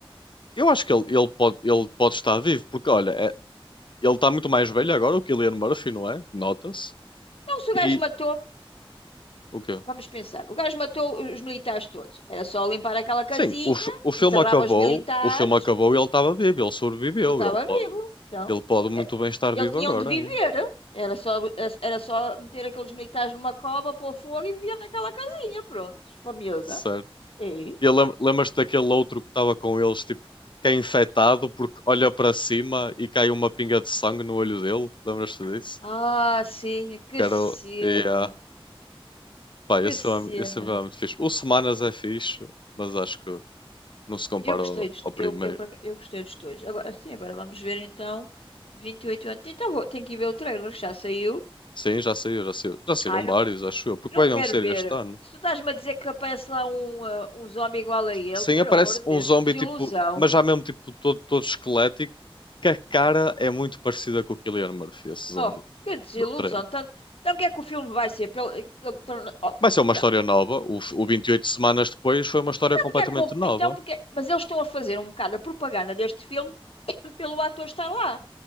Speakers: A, on the left; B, on the left.
A: eu acho que ele, ele pode, ele pode estar vivo. Porque, olha, é- ele está muito mais velho agora, o Cillian Murphy, não é? Nota-se.
B: Não, se o
A: E
B: gajo matou.
A: o quê?
B: Vamos pensar. O gajo matou os militares todos. Era só limpar aquela casinha,
A: Sim, o, fi- o filme
B: enterrava
A: acabou.
B: os militares,
A: O filme acabou e ele estava vivo. Ele sobreviveu.
B: ele estava
A: Ele
B: vivo.
A: pode,
B: Então,
A: ele pode muito
B: é-
A: bem estar
B: ele
A: vivo
B: tinha
A: agora
B: onde viver.
A: ainda.
B: Era só, era só meter aqueles militares numa cova, pôr fogo e vivia naquela casinha, pronto, com a miúda.
A: Certo.
B: E?
A: E lem- lembras-te daquele outro que estava com eles, tipo, que é infectado porque olha para cima e cai uma pinga de sangue no olho dele? Lembras-te disso?
B: Ah, sim, que
A: Que
B: cena,
A: era. o- Yeah. Pá,
B: que
A: esse,
B: cena.
A: é- esse é muito fixe. O Semanas é fixe, mas acho que não se compara
B: Eu gostei
A: ao,
B: dos,
A: ao primeiro.
B: eu, eu, por aca- eu gostei dos dois. Agora, sim, agora vamos ver então 28 anos. Então, vou, tenho que ir ver o trailer, que já saiu.
A: Sim, já saiu, já saiu. Já saíram
B: Ai, não.
A: vários, acho eu. Porque
B: Não
A: vai
B: quero
A: mesmo ser
B: ver.
A: este ano.
B: Se tu estás-me a dizer que aparece lá um, ah, um zombie igual a ele,
A: Sim,
B: por
A: aparece
B: amor de
A: um
B: Deus,
A: zombie,
B: que desilusão.
A: tipo, mas já mesmo, tipo, todo, todo esquelético, que a cara é muito parecida com o Cillian Murphy, esse zombie,
B: Oh, que desilusão.
A: do trailer.
B: Tanto- Então, o que é que o filme vai ser? Pelo, pelo- torna- oh,
A: Vai ser uma
B: não.
A: história nova. O, f- o 28 semanas depois foi uma história
B: Então,
A: completamente
B: porque é que vão.
A: nova.
B: Então, porque... Mas eles estão a fazer um bocado a propaganda deste filme <coughs> pelo ator estar lá.